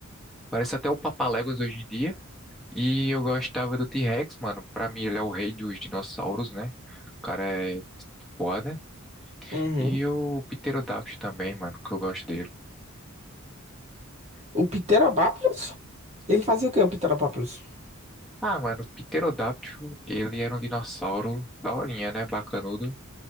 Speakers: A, in the centre; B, on the right.
A: Parece até o Papaléguas hoje em dia. E eu gostava do T-Rex, mano. Pra mim, ele é o rei dos dinossauros, né? O cara é foda.
B: Uhum.
A: E o pterodáctilo também, mano, que eu gosto dele.
B: O Pterodactylus? Ele
A: Sim.
B: fazia o que, o Pterodactylus?
A: Ah, mano, o Pterodáptilo, ele era um dinossauro daorinha, né? Bacanudo.